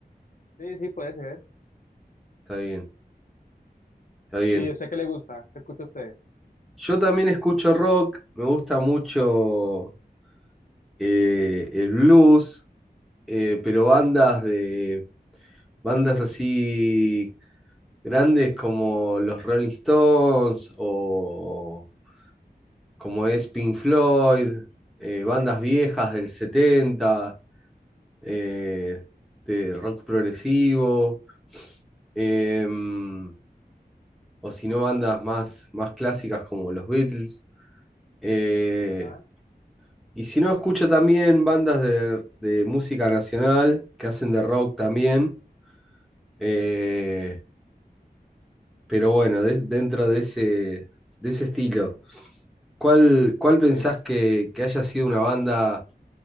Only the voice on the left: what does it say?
Sí, sí, puede ser.
Y yo sé que le gusta, ¿qué escucha usted?
Ajá,
sí.